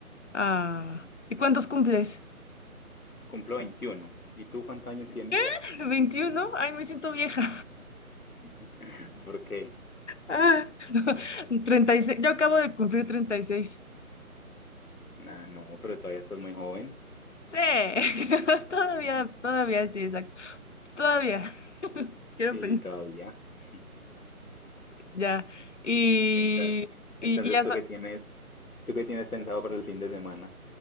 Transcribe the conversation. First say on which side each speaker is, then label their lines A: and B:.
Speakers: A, on the left; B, on the left.
A: ah, ¿y cuántos cumples?
B: Cumplo 21. ¿Y tú cuántos años tienes?
A: ¿Qué? <laughs> 21. Ay, me siento vieja.
B: <laughs> ¿Por qué?
A: Ah, <laughs> treinta y seis Yo acabo de cumplir treinta y seis
B: Nah, no, pero todavía estás muy joven.
A: Sí, <laughs> todavía,
B: <laughs>
A: todavía, sí, exacto. Todavía, <laughs> quiero
B: Sí,
A: pensar,
B: todavía. <laughs>
A: ya. Y,
B: Entonces,
A: y,
B: entonces
A: y ya,
B: tú
A: sa-
B: que tienes ¿Tú qué tienes pensado para el fin de semana?